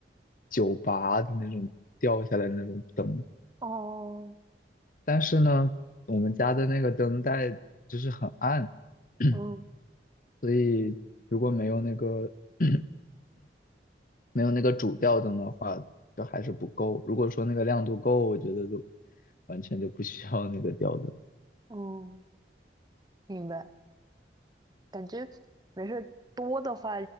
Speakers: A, on the left; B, on the right.
A: 酒吧的那种掉下来的那种灯，
B: 哦，
A: 但是呢，我们家的那个灯带就是很暗。<clears throat>
B: 嗯
A: 所以如果没有那个 <clears throat> 没有那个主吊灯的话，就还是不够。如果说那个亮度够，我觉得就完全就不需要那个吊灯。
B: 嗯，明白。感觉没事儿，多的话